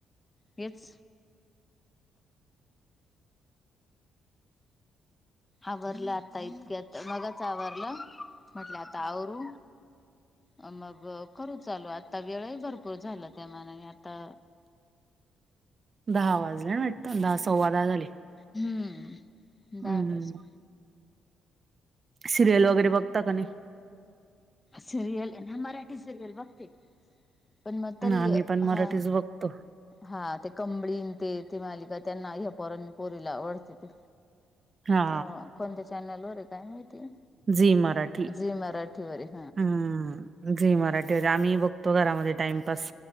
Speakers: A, on the left (about 20°); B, on the right (about 40°).
A: हेच. आवरलं आता इतक्यात मगशी आवरलं म्हटलं आता आवरू अ मग करू चालू आता वेळही भरपूर झाला त्यामानाने आता
B: दहा वाजले ना वाटत दहा सव्वा दहा झाले.
A: हम्म दहा
B: हम्म.
A: वाजून
B: सिरियल वगैरे बघता का नाही?
A: सिरियल हे ना मराठी सिरियल बघते. पण मग तरी
B: आम्ही पण मराठीच
A: हा
B: बघतो
A: हा ते कंबळी आणि ते ते मालिका त्यांना हे पोरा नी पोरीला आवडते ते.
B: हा
A: अ कोणत्या चॅनलवर आहे काय माहिती.
B: झी मराठी.
A: झी मराठी वरील.
B: हम्म झी मराठीवर आम्हीही बघतो घरामध्ये टाइमपास